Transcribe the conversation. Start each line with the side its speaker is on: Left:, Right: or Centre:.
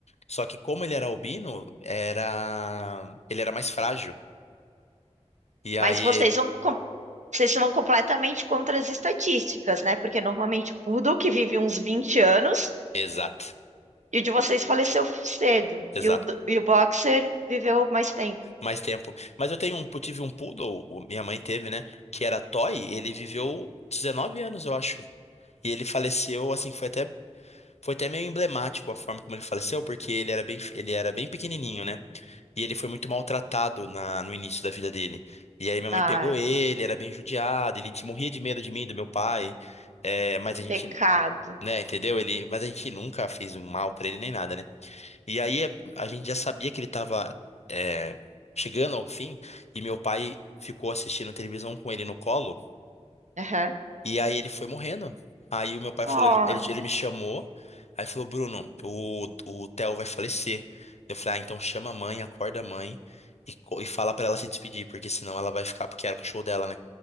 Left: Só que como ele era albino, era ele era mais frágil. E
Right: Mas
Left: aí,
Right: vocês
Left: ele-
Right: vão, com- vocês vão completamente contra as estatísticas, né? Porque normalmente o poodle que vive uns 20 anos
Left: exato,
Right: e o de vocês faleceu cedo.
Left: exato.
Right: E o, do- e o boxer viveu mais tempo.
Left: Mais tempo. Mas eu tenho um, eu tive um poodle, o- minha mãe teve, né? Que era toy, ele viveu 19 anos, eu acho. E ele faleceu, assim, foi até Foi até meio emblemático a forma como ele faleceu, porque ele era bem, ele era bem pequenininho, né? E ele foi muito maltratado na, no início da vida dele. E aí minha
Right: Ai,
Left: mãe pegou ele, era bem judiado, ele te- morria de medo de mim, do meu pai. É, mas a gente,
Right: pecado.
Left: né, entendeu? Ele, mas a gente nunca fez um mal pra ele nem nada, né? E aí a a gente já sabia que ele tava, é, chegando ao fim, e meu pai ficou assistindo televisão com ele no colo.
Right: Aham.
Left: E aí ele foi morrendo. Aí o meu pai
Right: Ai,
Left: falou, ele, ele ele me chamou, aí falou, Bruno, o, o Theo vai falecer. Eu falei, ah, então chama a mãe, acorda a mãe e, co- e fala pra ela se despedir, porque senão ela vai ficar, porque era o cachorro dela, né?